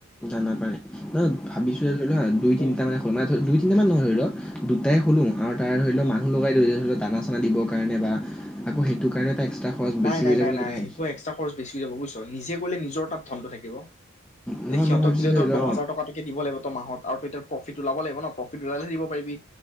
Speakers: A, in the centre; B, on the left.
A: দানা -পানী, ন ভাবিছো যে ধৰি লোৱা দুই তিনিটা
B: উম
A: মানে <unintelligible> দুই তিনিটা মান নহয় ধৰি লোৱা দুটাই হলোঁ আৰু তাই ধৰিও
B: উম।
A: মানুহ লগাই ধৰিলে <unintelligible> দানত দিবৰ কাৰণে বা আকৌ সেইটো কাৰণে এটা এক্সট্ৰা খৰচ
B: নাই
A: বেছি
B: নাই
A: হৈ যাব
B: নাই
A: নেকি
B: নাই
A: ভাবিছোঁ।
B: সেইটো এক্সট্ৰা খৰচ বেছি হৈ যাব বুজিছ নিজে কৰিলে নিজৰ তাত ধনটো থাকিব।
A: নহয়
B: সিহঁতক
A: মই ভাবিছোঁ
B: দিলে
A: ধৰি
B: ধৰ
A: লও
B: দহ হাজাৰ টকাকে দিব লাগিব তই মাহত আৰু ত এতিয়া প্ৰফিট ওলাব লাগিব ন প্ৰফিট ওলালেহে দিব পাৰিবি।